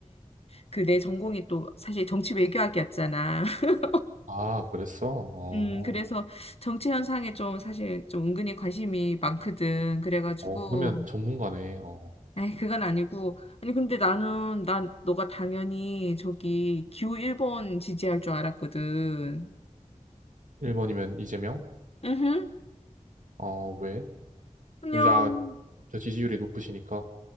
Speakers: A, on the left; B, on the right.
A: 그 내 전공이 또 사실 정치 외교학이었잖아. <laughs>
B: 아 그랬어? 어,
A: 음, 그래서 정치 현상에 좀 사실 좀 은근히 관심이 많거든. 그래가지고,
B: 어 그러면 전문가네. 어.
A: 에이, 그건 아니고. 아니, 근데 나는, 난 너가 당연히 저기 기호 1번 지지할 줄 알았거든.
B: 1번이면 이재명?
A: 으흠,
B: 어, 왜?
A: 그냥,
B: 요즘, 아, 저 지지율이 높으시니까,